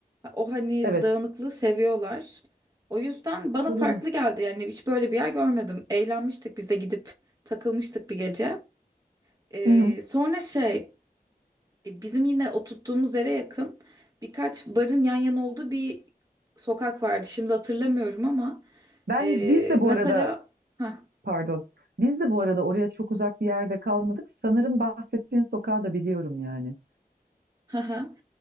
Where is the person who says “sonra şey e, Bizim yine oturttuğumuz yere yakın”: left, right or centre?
Right